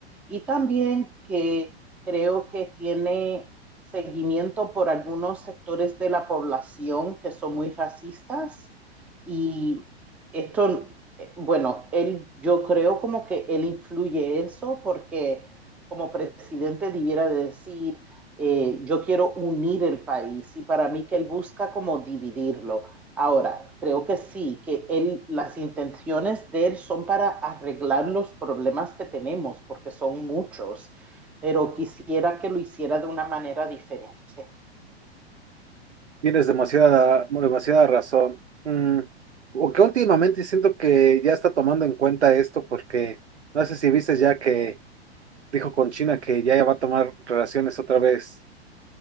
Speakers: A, in the centre; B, on the right (about 90°).
A: y también que creo que tiene seguimiento por algunos sectores de la población que son muy racistas y esto, eh, bueno, él, yo creo como que él influye eso porque como presidente debiera decir, eh, yo quiero unir el país y para mí que él busca como dividirlo. Ahora, creo que sí, que él, las intenciones de él son para arreglar los problemas que tenemos, porque son muchos, pero quisiera que lo hiciera de una manera diferente.
B: Tienes demasiada, demasiada razón. Mm, aunque últimamente siento que ya está tomando en cuenta esto porque no sé si viste ya que dijo con China que ya va a tomar relaciones otra vez